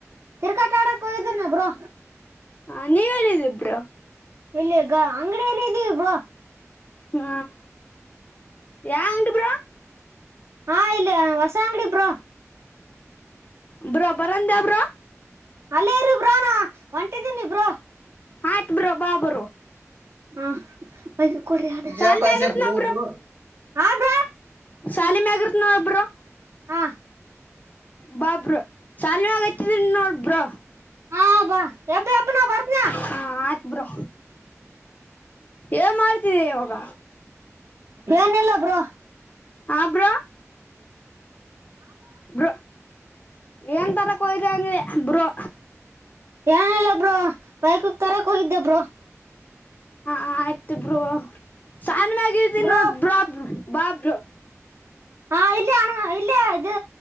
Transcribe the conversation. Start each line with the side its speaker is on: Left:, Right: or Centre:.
Right: ಕ್ರಿಕೆಟ್ ಆಡಕ್ ಹೋಗಿದ್ದೀನಿ ಬ್ರೋ.
Left: ಹ ನೀವ್ ಹೇಳಿ ಬ್ರೋ.
Right: ಇಲ್ಲಿಗ ಅಂಗಡಿಯ ಎಲ್ಲಿ ಇದ್ದೀವಿ ಬ್ರೋ.
Left: ಹ್ಮ ಯಾವ ಅಂಗಡಿ ಬ್ರೋ.
Right: ಹಾ ಇಲ್ಲಿ ಹೊಸ ಅಂಗಡಿ ಬ್ರೋ.
Left: ಬ್ರೋ ಬರೆಂಡೇ ಬ್ರೋ
Right: ಅಲ್ಲೇರು ಬ್ರೋ. ಹೊಂಟಿದೀನಿ ಬ್ರೋ.
Left: ಆಯ್ತ್ ಬ್ರೋ ಬಾ ಬ್ರೋ
Right: ಹಾ ಪೈಸ.
Left: ಸಾಲಿ
Right: ಬಜಾಸೆ
Left: ಮ್ಯಾಗ ಇರ್ತ್
Right: ಪೂರ
Left: ನೋ
Right: ಪೂರ <unintelligible> ಹಾ ಬ್ರೋ.
Left: ಶಾಲಿ ಮ್ಯಾಲ ಇರ್ತೀನಿ ನೋ ಬ್ರೋ
Right: ಹಾ
Left: ಬಾ ಬ್ರೋ ಶಾಲಿ ಆಗತಿದನ್ ನೋಡ್ ಬ್ರೋ.
Right: ಹಾ ಬಾ ಎಬ್ಬ ಎಬ್ಬ ನಾ ಬರ್ತೀನಿ
Left: ಹಾ ಆತ್ ಬ್ರೋ ಏನ್ ಮಾಡ್ತಿದೆ ಇವಾಗ.
Right: ಏನಲ್ಲ ಬ್ರ
Left: ಹಾ ಬ್ರೋ ಬ್ರೋ ಏನ್ ತರಕ್ ಹೋಗಿದ್ದೆ ಅಂದೆ ಬ್ರೋ
Right: ಏನ್ ಹೇಳಲ್ಲ ಬ್ರೋ ಬೈಕ್ ಹೋಗಕ್ ತರಕ್ ಹೋಗಿದ್ದೆಬರು
Left: ಹಾ ಆಯ್ತು ಇಬ್ರು ಸಣ್ಣ ಮಗ
Right: ಬ್ರೋ
Left: ನೋ ಬಾಬ್ ಬಾ ಬ್ರ
Right: ಹಾ ಇಲ್ಲ ಇಲ್ಲ ಅದು